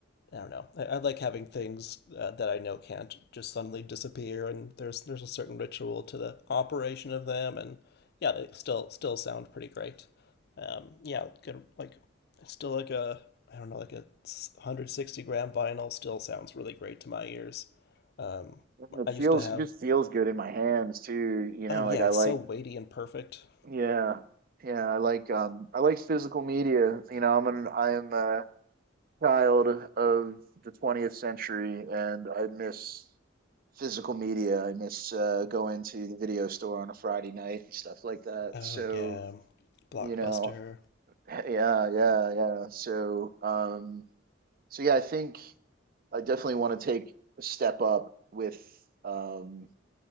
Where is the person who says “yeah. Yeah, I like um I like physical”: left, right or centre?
Right